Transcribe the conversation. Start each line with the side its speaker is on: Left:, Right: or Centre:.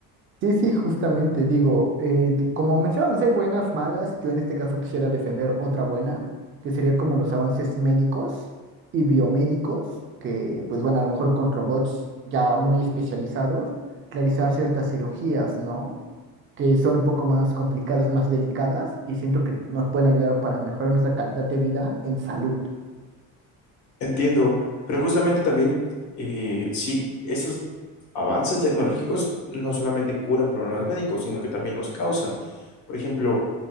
Right: Sí, sí, justamente, digo, eh, di- como mencionamos, hay buenas, malas, yo en este caso quisiera defender otra buena, que sería como los avances médicos y biomédicos, que pues bueno, a lo mejor con robots ya muy especializados, realizar ciertas cirugías, ¿no? Que son un poco más complicadas, más delicadas, y siento que nos pueden ayudar para mejorar nuestra calidad de vida en salud.
Left: Entiendo, pero justamente también, eh, sí, esos avances tecnológicos no solamente curan problemas médicos, sino que también los causan. Por ejemplo,